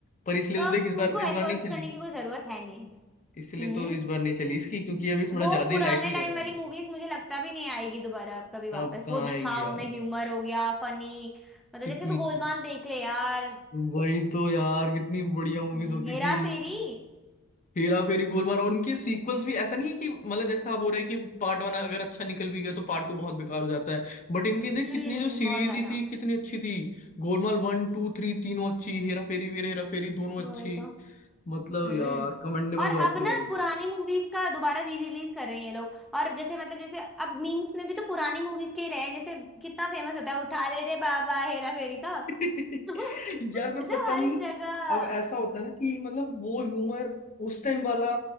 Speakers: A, on the left (about 35°); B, in the centre.
A: पर इसलिए
B: तो
A: तो
B: अब
A: देख इस
B: उनको
A: बार इस बार
B: एफर्ट्स
A: नहीं
B: करने
A: चली
B: की कोई जरूरत है नहीं
A: इसलिए
B: हम्म
A: तो इस बार नहीं चली इसकी क्योंकि अभी थोड़ा
B: वो
A: ज्यादा
B: पुराने
A: ही लाइटली
B: टाइम
A: ले रहे
B: वाली
A: हैं
B: मूवीज मुझे लगता भी नहीं आएगी दोबारा अब कभी वापस
A: अब कहाँ
B: वो
A: आएगी
B: जो था
A: यार
B: उनमें ह्यूमर हो गया फनी मतलब
A: कितनी
B: जैसे तू गोलमाल देख ले यार
A: वही तो यार कितनी बढ़िया मूवीज
B: हम्म,
A: होती
B: हेरा
A: थी
B: फेरी
A: हेरा फेरी गोलमाल और उनके सीक्वल्स भी ऐसा नहीं है कि मतलब जैसा आप बोल रहे हैं कि पार्ट वन अगर अच्छा निकल भी गया तो पार्ट टू बहुत बेकार हो जाता है बट इनकी देख
B: हम्म
A: कितनी जो सीरीज
B: बहुत ज्यादा
A: ही थी कितनी अच्छी थी गोलमाल वन टू थ्री तीनों अच्छी हेरा फेरी वीर हेरा फेरी दोनों
B: वही
A: अच्छी
B: तो
A: मतलब
B: हम्म
A: यार कमेंडेबल
B: और
A: जॉब
B: अब
A: थी
B: ना
A: भाई।
B: पुरानी मूवीज का दोबारा री रिलीज कर रहे हैं ये लोग और जैसे मतलब जैसे अब मीम्स में भी तो पुरानी मूवीज के ही रहे हैं जैसे कितना फेमस होता है उठा ले रे बाबा हेरा फेरी का
A: <laughs>
B: <laughs> मतलब
A: यार पर पता
B: हर
A: नहीं
B: जगह
A: अब ऐसा होता है ना कि मतलब वो ह्यूमर उस टाइम वाला